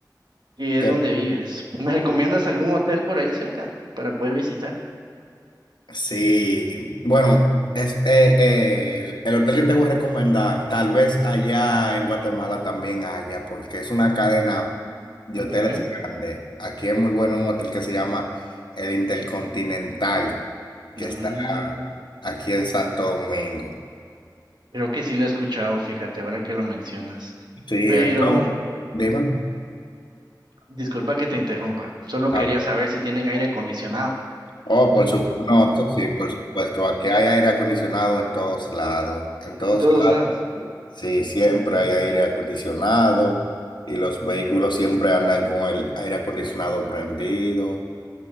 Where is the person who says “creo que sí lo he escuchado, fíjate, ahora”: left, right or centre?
Right